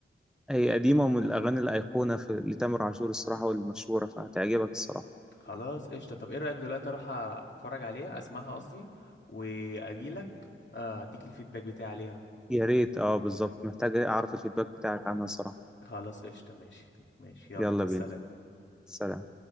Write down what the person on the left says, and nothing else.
خلاص قشطه طب ايه رايك دلوقتي اروح اتفرج عليها اسمعها قصدي واجيلك آه، اديك الفيدباك بتاعي عليها
خلاص قشطه ماشي ماشي يلا
مع السلامه